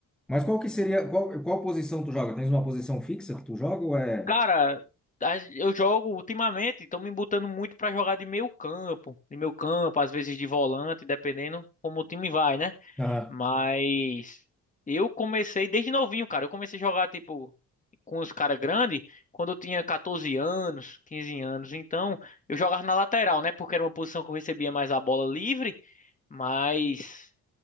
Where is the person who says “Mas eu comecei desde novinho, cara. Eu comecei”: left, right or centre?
Left